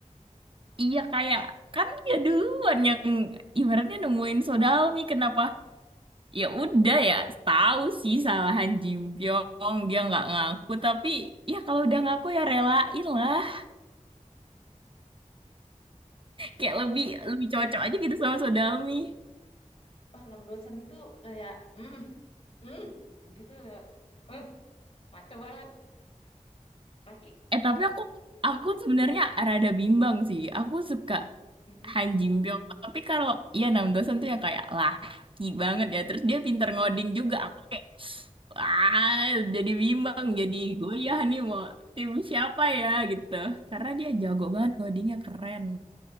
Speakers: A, on the right (about 40°); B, on the left (about 50°).
A: iya kayak kan dia duluan yang ibaratnya nemuin Sodalmi. Kenapa? Ya udah ya, tahu sih salah Han Ji Pyong. Dia nggak ngaku, tapi ya kalau udah ngaku ya relain lah. Kayak lebih lebih cocok aja gitu sama Sodalmi.
B: oh, enam dosen itu kayak mm, mm, gitu ya eh maco banget laki
A: Eh tapi aku aku sebenarnya rada bimbang sih. Aku suka
B: Mm-mm,
A: Han Ji Pyong. Tapi kalau ya Nam Do San tuh yang kayak laki banget ya. Terus dia pinter
B: mm-mm.
A: ngoding juga. Aku kayak wah jadi bimbang. Jadi goyah nih mau tim siapa ya gitu. Karena dia jago banget ngodingnya keren.